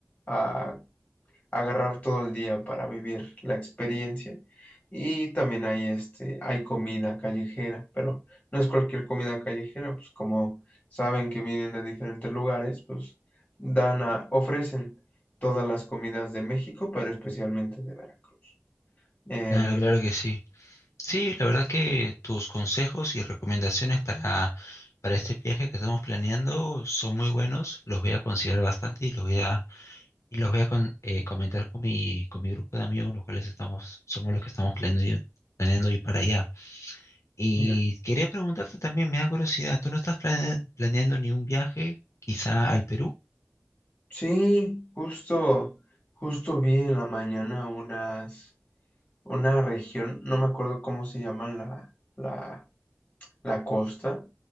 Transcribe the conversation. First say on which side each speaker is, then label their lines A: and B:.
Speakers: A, on the left; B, on the left.
A: a agarrar todo el día para vivir la experiencia. Y también hay este, hay comida callejera, pero no es cualquier comida callejera, pues como saben que vienen de diferentes lugares, pues dan a- ofrecen todas las comidas de México, pero especialmente de Veracruz. Em,
B: Claro, claro que sí. Sí, la verdad que tus consejos y recomendaciones para, para este viaje que estamos planeando son muy buenos, los voy a considerar bastante y los voy a, y los voy a con- eh, comentar con mi, con mi grupo de amigos, los cuales estamos, somos los que estamos planeando, planeando ir para allá. Y
A: ya.
B: quería preguntarte también, me da curiosidad, ¿tú no estás plane- planeando ni un viaje quizá al Perú?
A: Sí, justo, justo vi en la mañana unas, una región, no me acuerdo cómo se llama la, la, la costa,